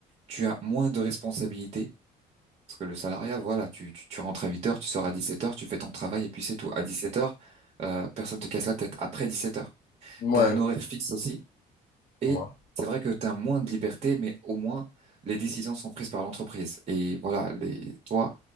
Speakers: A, on the right; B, on the left.
A: tu as moins de responsabilités. Parce que le salariat, voilà, tu, tu, tu rentres à 8 heures, tu sors à 17 heures, tu fais ton travail et puis c'est tout. À 17 heures, euh, personne te casse la tête. Après 17 heures,
B: ouais,
A: t'as un
B: ouais.
A: horaire fixe aussi et
B: Ouais.
A: c'est vrai que t'as moins de liberté, mais au moins les décisions sont prises par l'entreprise. Et voilà, les, toi,